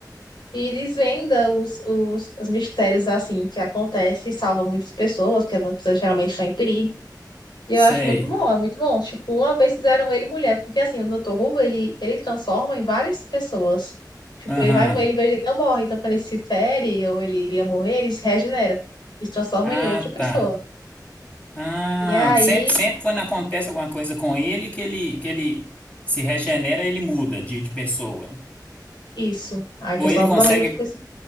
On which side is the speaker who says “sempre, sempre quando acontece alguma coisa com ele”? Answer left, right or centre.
Left